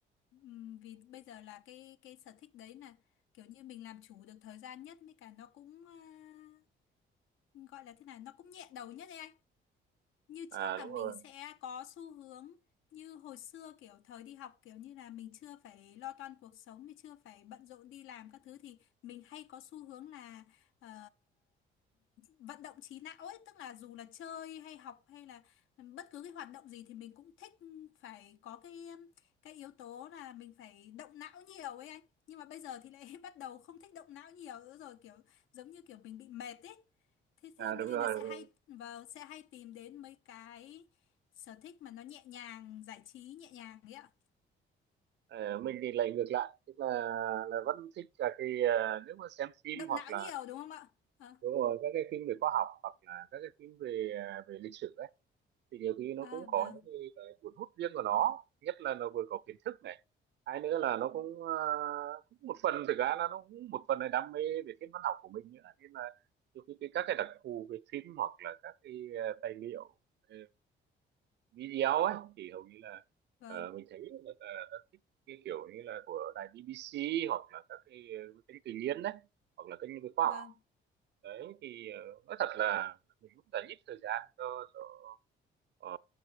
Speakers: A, on the left; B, on the right.
A: Ừm, vì bây giờ là cái cái sở thích đấy là kiểu như mình làm chủ được thời gian nhất, với cả nó cũng à, gọi là thế nào, nó cũng nhẹ đầu nhất đấy anh như
B: à
A: trước là
B: đúng
A: mình
B: rồi
A: sẽ có xu hướng như hồi xưa kiểu thời đi học kiểu như là mình chưa phải lo toan cuộc sống mình chưa phải bận rộn đi làm các thứ thì mình hay có xu hướng là ờ, vận động trí não ấy tức là dù là chơi hay học hay là bất cứ cái hoạt động gì thì mình cũng thích phải có cái um, cái yếu tố là mình phải động não nhiều ấy anh nhưng mà bây giờ thì lại <laughs> bắt đầu không thích động não nhiều nữa rồi kiểu giống như kiểu mình bị mệt ấy thế
B: à
A: thế nên
B: đúng rồi,
A: là sẽ
B: đúng rồi.
A: hay vâng sẽ hay tìm đến mấy cái sở thích mà nó nhẹ nhàng giải trí nhẹ nhàng ấy ạ
B: Ờ, mình thì lại ngược lại tức là là vẫn thích là cái ờ, nếu mà xem phim
A: động
B: hoặc
A: não
B: là
A: nhiều đúng không ạ Ờ,
B: đúng rồi các cái phim về khoa học hoặc là các cái phim về ờ, về lịch sử ấy, thì nhiều khi nó
A: à,
B: cũng có
A: vâng
B: những cái cái cuốn hút riêng của nó nhất là nó vừa có kiến thức này hai nữa là nó cũng ờ, cũng một phần thực ra là nó cũng một phần là đam mê về thiên văn học của mình nữa nên là nhiều khi cái các cái đặc thù về phim hoặc là các cái ờ, tài liệu ờ, video ấy thì hầu như là
A: vâng
B: ờ, mình thấy rất là rất thích cái kiểu như là của đài BBC hoặc là các cái ờ, kênh tự nhiên đấy hoặc là kênh về khoa
A: vâng
B: học đấy thì ờ, nói thật là mình cũng đã ít thời gian cho cho Ờ,